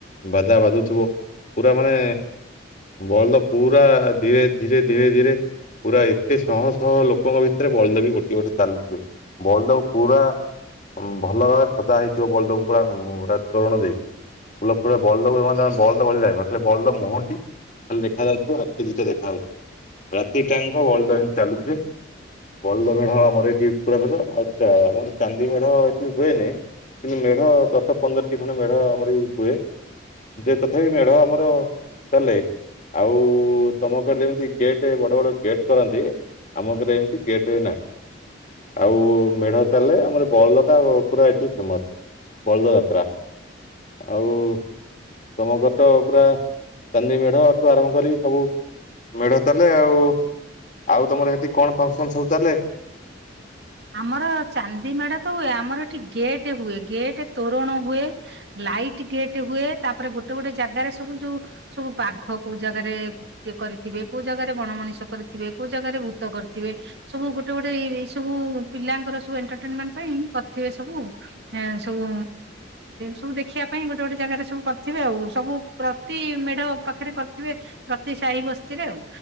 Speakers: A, on the left; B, on the right.
A: ବାଯା ବାଜୁ ପୁରା ମାନେ ବଲଦ ପୁରା ଧୀରେ ଧୀରେ ଧୀରେ ଧୀରେ ପୁରା ଏତେ ଶହ ଶହ ଲୋକଙ୍କ ଭିତରେ ବଳଦ ବୀ ଗୋଟିଏ ଗୋଟେ ଚାଲୁ ଥିଵେ ବଲଦ କୁ ପୁରା ଭଲ ଭାରେ ସଜା ହେଇଥିବ ବଲଦ କୁ ପୁରା ପୁରା ତରଣ ଦେଇଛି <unintelligible> ଫୁଲ ଫୁ ବଳଦ <unintelligible> ଖା <unintelligible> ବଲଦ ମୁଁହଟି ଖାଲି ଦେଖା ଯାଉଥିବ ଆଖି ଦିଟା ଦେଖା ଯାଉଥିବ ରାତି ଟାଙ୍କ ବଲଦ ଏମିତି ଚାଲୁଥିବେ ବଲଦ ମେଢା ଆମର ଏଠି ପୁରପତ ଆଛା ଆମର ଚାନ୍ଦି ମେଢା ଏଠି ହୁଏନି କିନ୍ତୁ ମେଢ ଦଶ ପନ୍ଦରଟି ଖଣ୍ଡ ମେଢ ଆମରଇ ହୁଏ। ଯେ ତଥାପି ମେଢ ଆମର ଚାଲେ ଆଉ ତମ କ ଯେମିତି ଗେଟ୍ ବଡ ବଡ ଗେଟ୍ କରନ୍ତି। ଆମ ଘରେ ଏମିତି ଗେଟ୍ ନାହିଁ। ଆଉ ମେଢ ଚାଲିଲେ ଆମର ବଳଦ ଟା ପୁରା ଏଠି ଫେମସ୍ । ବଳଦ ଯାତ୍ରା ଆଉ ତମକଟ ପୁରା ଚାନ୍ଦି ମେଢଠୁ ଆରମ୍ଭ କରି ସବୁ ମେଢ ଚାଲେ ଆଉ ଆଉ ତମର ସେଠି କଣ ଫଙ୍କସନ ସବୁ ଚାଲେ
B: ଆମର ଚାନ୍ଦି ମେଢା ତ ହୁଏ, ଆମର ଏଠି ଗେଟ୍ ହୁଏ ଗେଟ୍ ତୋରଣ ହୁଏ । ଲାଇଟ୍ ଗେଟ୍ ହୁଏ, ତାପରେ ଗୋଟେ ଗୋଟେ ଜାଗାରେ ସବୁ ଯୋଉ ସବୁ ବାଘ କୋଉ ଜାଗାରେ କରିଥିବେ କୋଉ ଜାଗାରେ ବଣ ମଣିଷ କରିଥିବେ କୋଉ ଜାଗାରେ ଭୂତ କରିଥିବେ ସବୁ ଗୋଟେ ଗୋଟେ ଏଇ ସବୁ ପିଲାଙ୍କର ସବୁ ଏଣ୍ଟରଟେନମେଣ୍ଟ ପାଇଁ କରିଥିବେ ସବୁ ଏ ସବୁ ସବୁ ଦେଖିବା ପାଇଁ ଗୋଟେ ଗୋଟେ ଜାଗାରେ ସବୁ କରିଥିବେ ଆଉ ସବୁ ପ୍ରତି ମେଢ ପାଖରେ କରିଥିବେ ପ୍ରତି ସାହି ବସ୍ତିରେ ଆଉ